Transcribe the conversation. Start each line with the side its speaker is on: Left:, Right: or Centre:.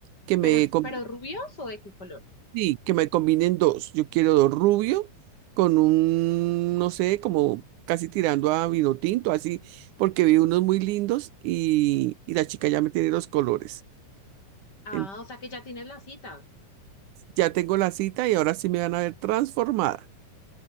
Right: Que me,
Left: Pero,
Right: com-
Left: pero rubios o de qué color?
Right: sí, que me combinen dos. Yo quiero dos rubio con un, no sé, como casi tirando a vino tinto, así, porque vi unos muy lindos y, y la chica ya me tiene los colores.
Left: Ah,
Right: En-
Left: o sea que ya tienes la cita.
Right: Ya tengo la cita y ahora sí me van a ver transformada.